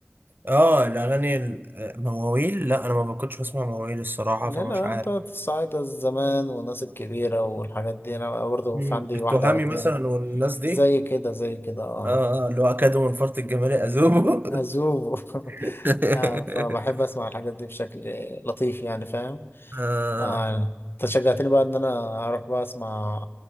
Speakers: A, on the right (about 55°); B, on the left (about 65°).
A: اه الاغاني ال- مواويل لا انا ما كنتش بسمع مواويل الصراحه
B: اللي
A: فمش
B: هي الاغاني
A: عارف
B: بتاعت الصعايده زمان والناس الكبيره والحاجات دي انا برضه
A: مم.
B: في عندي
A: التهامي
B: واحده او اتنين
A: مثلا والناس دي
B: زي كده زي كده اه
A: اه اه اللي هو اكادوا من فرط الجمال اذوبه
B: أذوب <laughs>
A: <laughs>
B: آه، فبحب أسمع الحاجات دي بشكل لطيف يعني فاهم
A: آه
B: آه، أنت شجعتني بقى إن أنا أروح بقى أسمع